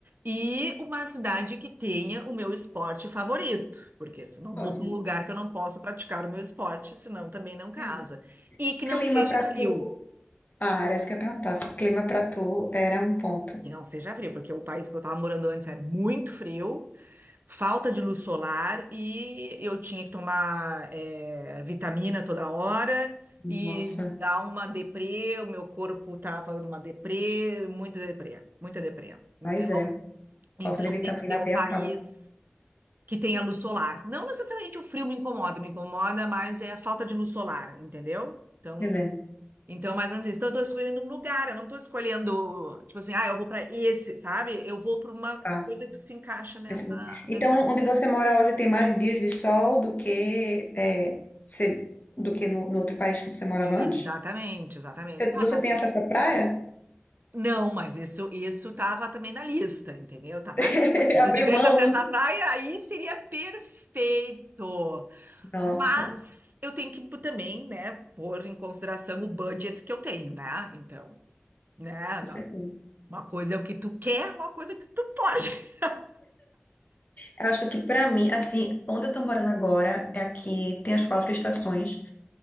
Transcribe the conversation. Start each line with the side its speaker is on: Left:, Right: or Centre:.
Right: E uma cidade que tenha o meu esporte favorito, porque senão
Left: Ótimo.
Right: vou para um lugar que eu não possa praticar o meu esporte, senão também não casa.
Left: Entendi.
Right: E que
Left: Clima
Right: não seja
Left: pra
Right: frio,
Left: tu. Ah, era isso que eu ia perguntar. Se clima pra tu era um ponto.
Right: que não seja frio, porque o país que eu estava morando antes é muito frio. falta de luz solar e eu tinha que tomar eh, vitamina toda hora
Left: Nossa,
Right: e dar uma deprê, o meu corpo estava numa deprê, muita deprê, muita deprê. Então,
Left: mas é.
Right: então
Left: Falta de vitamina
Right: tem que ser um
Left: D
Right: país
Left: acaba. tá
Right: que tenha luz solar. Não necessariamente o frio me incomoda, me incomoda, mas é a falta de luz solar, entendeu? Então,
Left: Entendendo?
Right: então mais ou menos isso. Então, eu estou escolhendo um lugar, eu não estou escolhendo, tipo assim, ah, eu vou para esse, sabe? Eu vou para uma
Left: Tá.
Right: coisa que se encaixa nessa,
Left: Entendi. Então,
Right: nesse
Left: onde você mora hoje tem mais dias de sol do que é, você- do que no, no outro país que você morava
Right: Exatamente,
Left: antes?
Right: exatamente.
Left: Você,
Right: Tá,
Left: você
Right: tá.
Left: tem acesso à praia?
Right: Não, mas isso isso estava também na lista, entendeu? Tá na
Left: <laughs>
Right: lista. Se eu
Left: Abriu
Right: tivesse
Left: mão?
Right: acesso à praia, aí seria perfeito.
Left: Nossa,
Right: Mas eu tenho que também, né, pôr em consideração o budget que eu tenho, né? Então, né,
Left: com
Right: não-
Left: certeza.
Right: uma coisa é o que tu quer, uma coisa é o que tu pode. <laughs>
Left: Eu acho que pra mim, assim, onde eu tô morando agora é aqui, tem as quatro estações.